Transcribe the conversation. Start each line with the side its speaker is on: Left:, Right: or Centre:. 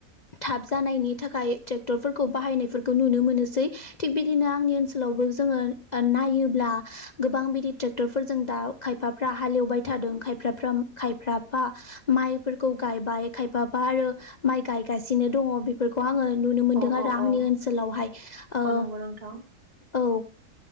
Left: थाब जानायनि थाखाय ट्रेक्टरफोरखौ बाहायनो फोरखौ नुनो मोनोसै थिग बिदिनो आंनि ओनसोलावबो जोङो नायोब्ला गोबां बिदि ट्रेक्टरफोरजों दा खायफाफ्रा हालेवबाय थादों खायफ्राफ्रा खायफ्राफा माइफोरखौ गायबाय खायफाबा आरो माइ गायगासिनो दङ बेफोरखौ आङो नुनो मोनदों
Right: औ
Left: आरो
Right: औ
Left: आंनि
Right: औ
Left: ओन ओनसोलावहाय ओ
Right: औ नंगौ नोंथां
Left: औ